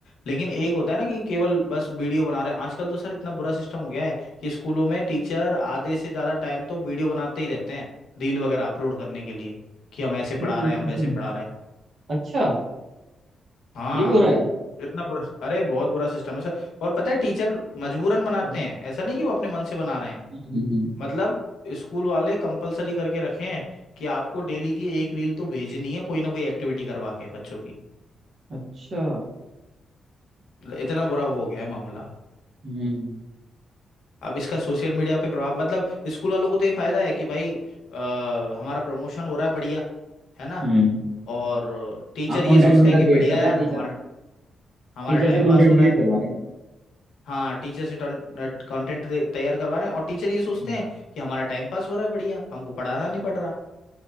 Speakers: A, on the left; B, on the right.
A: लेकिन एक होता है ना कि केवल बस वीडियो बना रहे हैं आजकल तो सर इतना बुरा सिस्टम हो गया है कि स्कूलों में टीचर आधे से ज्यादा टाइम तो वीडियो बनाते ही रहते हैं रील वगैरह अपलोड करने के लिए कि हम ऐसे पढ़ा
B: कि- हम्म,
A: रहे हैं हम वैसे पढ़ा रहे हैं
B: अच्छा
A: हाँ
B: ये भी हो रहा है
A: इतना बुरा अरे बहुत बुरा सिस्टम है सर और पता है टीचर मजबूरन बनाते
B: हम्म,
A: हैं ऐसा नहीं कि वो अपने मन से बना रहे हैं
B: हम्म, हम्म, हम्म।
A: मतलब स्कूल वाले कंपलसरी करके रखे हैं कि आपको डेली की एक रील तो भेजनी है कोई ना कोई एक्टिविटी करवा के बच्चों की
B: अच्छा
A: मतलब इतना बुरा वो हो गया है मामला
B: हम्म
A: अब इसका सोशल मीडिया पे प्रभाव मतलब स्कूल वालों को तो ये फायदा है कि भाई आ, हमारा प्रमोशन हो रहा है बढ़िया है ना हम्म।
B: हम्म
A: और टीचर
B: हाँ
A: ये
B: कंटेंट
A: सोचते
B: उनका
A: हैं कि
B: क्रिएट
A: बढ़िया
B: कर रहा
A: यार
B: है टीचर
A: हमारा हमारा
B: टीचर
A: टाइम
B: से कंटेंट
A: पास हो
B: क्रिएट
A: रहा है
B: करवा रहे हैं
A: हाँ टीचर से कंटेंट तैयार करवा रहे हैं और टीचर ये सोचते
B: हम्म
A: हैं कि हमारा टाइम पास हो रहा है बढ़िया हमको पढ़ाना नहीं पड़ रहा